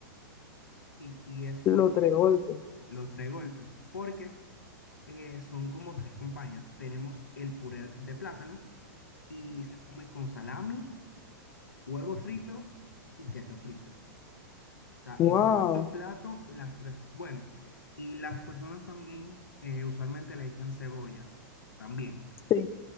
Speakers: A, on the left; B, on the left.
A: sí, y es porque
B: Lo tregolpe.
A: lo tres golpe, porque eh, son como tres compañías. Tenemos el puré de plátano y se come con salami, huevo frito y queso frito. O sea,
B: Wow.
A: en un solo plato, las tres. co- Bueno, y las personas también eh, usualmente le echan cebolla también,
B: Sí.